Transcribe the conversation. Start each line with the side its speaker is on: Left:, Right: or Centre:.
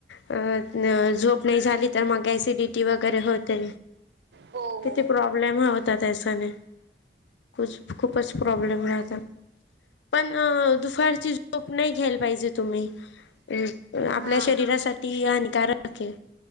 Left: अ... झोप नाई झाली... तर मग ऍसिडिटी वगैरे होते...
Right: हो हो
Left: किती प्रॉब्लेम होतात अश्याने खूच... खूपच प्रॉब्लेम राहतात. पण.. अ... दुफारची झोप नई घ्यायला पाहिजे तुम्ही.. अ आपल्या
Right: हा
Left: शरीरासाठी हानिकारक ए...